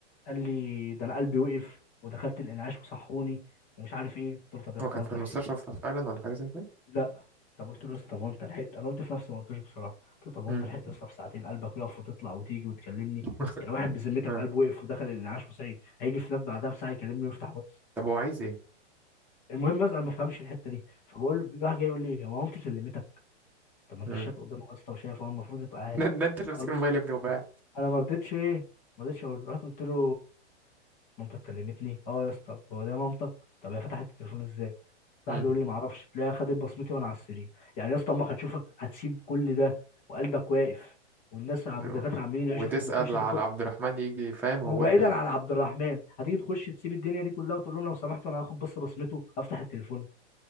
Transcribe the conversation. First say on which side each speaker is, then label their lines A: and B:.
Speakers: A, on the left (about 35°); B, in the centre.
A: قال لي ده انا قلبي وقف ودخلت الانعاش وصحوني ومش عارف ايه قلت له طب يا اسطى
B: هو كان
A: هو
B: في
A: انت
B: المستشفى
A: لحقت
B: فعلا ولا حاجة زي كده
A: لا طب قلت له يا اسطى هو انت لحقت انا قلت في نفسي ما قلتوش بصراحه قلت له طب هو
B: مم.
A: انت لحقت يا اسطى في ساعتين قلبك يقف وتطلع وتيجي وتكلمني
B: <laughs>
A: يعني واحد بذمتك
B: آه.
A: قلبه وقف ودخل الانعاش وصحي هيجي في نفس بعدها بساعه يكلمني ويفتح واتس
B: طب هو عايز ايه
A: المهم بس انا ما فهمش الحته دي فبقول له- راح جاي يقول لي هو مامتي كلمتك طب ما انت
B: مم.
A: الشات قدامك يا اسطى وشايف هو المفروض يبقى عارف
B: ده ده انت
A: انا
B: اللي ماسك
A: ما رضيتش
B: الموبايل يا ابني وباعت
A: انا ما رضيتش ايه ما رضيتش اقول له. رحت قلت له مامتك كلمتني اه يا اسطى هو ده مامتك طب هي فتحت التليفون ازاي
B: مم.
A: راح بيقول لي معرفش تلاقيها خدت بصمتي وانا على السرير يعني يا اسطى امك هتشوفك هتسيب كل ده وقلبك واقف والناس ع-
B: آه.
A: والدكاتره عمالين
B: وتسأل
A: يعيشوا فيك وتخش
B: على
A: تاخد
B: عبد الرحمن يجي فاهم هو
A: وبعيدا
B: ولد ايه
A: عن عبد الرحمن هتيجي تخش تسيب الدنيا دي كلها وتقول لهم لو سمحتوا انا هاخد بس بصمته افتح التليفون